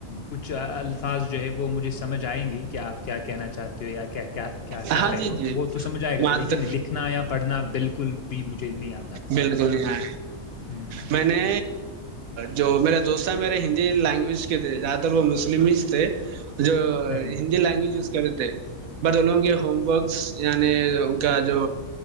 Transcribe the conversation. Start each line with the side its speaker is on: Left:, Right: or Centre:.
Left: کچھ الفاظ جو ہے وہ مجھے سمجھ آئیں گے کہ آپ کیا کہنا چاہتے ہو یا کیا کیا کیا کہہ
Right: ہاں
Left: رہے
Right: جی
Left: ہو
Right: جی
Left: وہ تو سمجھ آئے گا
Right: ماد
Left: لیکن لکھنا یا پڑھنا بالکل بھی مجھے نہیں آتا
Right: بالکل ہے
Left: ہوں
Right: میں نے جو میرے دوست میرے ہندی لینگویج کے تھے زیادہ تر وہ مسلم تھے جو
Left: ہاں،
Right: ہندی لینگویج ی کرے تھے بٹ انوگوں کے ہوم ورکس یعنی ان کا جو